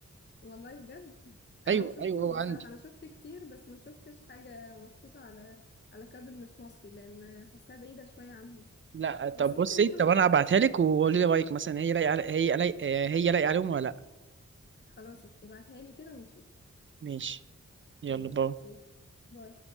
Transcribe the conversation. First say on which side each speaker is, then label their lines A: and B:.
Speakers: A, on the left; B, on the right.
A: والله بجد انا
B: ايوه
A: ما شفتوش
B: ايوه هو
A: بصراحه
B: عندي
A: انا شفت كتير بس ما شفتش حاجه محطوطه على على كابل مش مصري لان حاساها بعيده شويه عنهم
B: لا طب
A: بس ممكن
B: بصي
A: نشوف
B: طب انا هبعتها لك وقولي لي رايك مثلا هي لايقه على- هي لايقه هي لايقه عليهم ولا لا
A: خلاص اوكي ابعتها لي كده ونشوف
B: ماشي يلا
A: ماشي
B: باي
A: اوكي باي